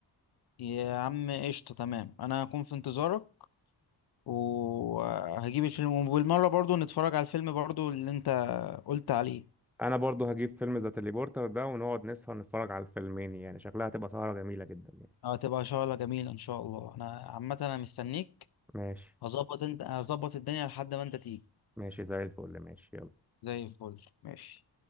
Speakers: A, on the left; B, in the centre.
A: يا عم قشطة تمام انا هكون في انتظارك وهجيب الفيلم وبالمرة برضو نتفرج على الفيلم برضو اللي انت قلت عليه
B: انا برضو هجيب فيلم ذا تليبورتر ده ونقعد نسهر نتفرج على الفيلمين يعني شكلها هتبقى سهرة جميلة جدا يعني
A: اه تبقى شغلة جميلة ان شاء الله انا عامة انا مستنيك
B: ماشي
A: هظبط انت هظبط الدنيا لحد ما انت تيجي
B: ماشي زي الفل ماشي يلا
A: زي الفل ماشي